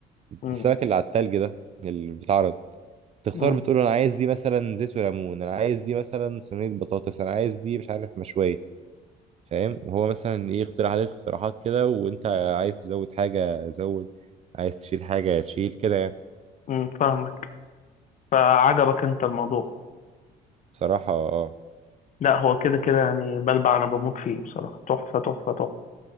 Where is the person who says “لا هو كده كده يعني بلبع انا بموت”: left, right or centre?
Left